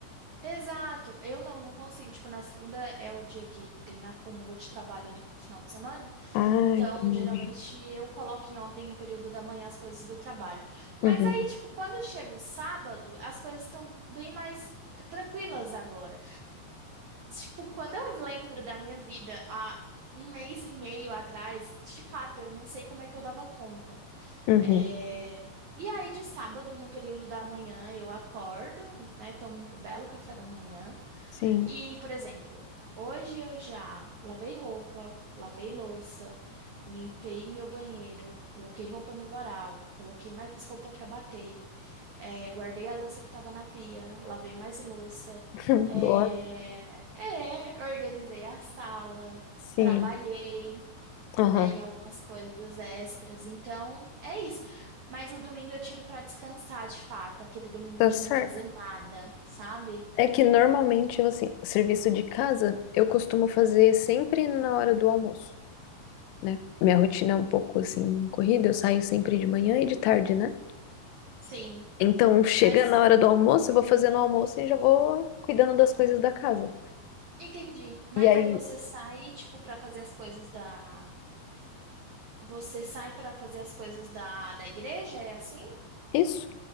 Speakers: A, on the right (about 80°); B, on the left (about 85°).
A: Exato. Eu não, não consigo. Tipo, na segunda é o dia que tem acúmulo de trabalho do final de semana.
B: Ah,
A: Então,
B: entendi.
A: geralmente eu coloco em ordem no período da manhã as coisas do trabalho.
B: Uhum,
A: Mas aí, tipo, quando chega o sábado, as coisas estão bem mais eh, tranquilas agora. Tipo, quando eu lembro da minha vida há um mês e meio atrás, de fato, eu não sei como é que eu dava conta.
B: uhum,
A: É, E aí, de sábado, no período da manhã, eu acordo, né? Tomo um belo café da manhã.
B: sim.
A: E, por exemplo, hoje eu já lavei roupa, lavei louça, limpei meu banheiro, coloquei roupa no varal, coloquei mais roupa para bater, eh, guardei a louça que estava na pia, lavei mais louça,
B: <laughs>
A: eh,
B: Boa.
A: é, organizei a sala,
B: Sim.
A: trabalhei.
B: Aham,
A: Né, em algumas coisas extras. Então, é isso. Mas o domingo eu tiro para descansar de fato, aquele domingo
B: tá
A: de
B: certo.
A: não fazer nada, sabe?
B: É que normalmente, eu, assim, serviço de casa eu costumo fazer sempre na hora do almoço, né? Minha rotina é um pouco, assim, corrida. Eu saio sempre de manhã e de tarde, né?
A: Sim.
B: Então, chega
A: Mas
B: na hora do almoço, eu vou fazendo o almoço e já vou cuidando das coisas da casa.
A: Entendi. Mas
B: E aí,
A: aí você sai, tipo, pra fazer as coisas da. Você sai pra fazer as coisas da, da igreja? É assim?
B: isso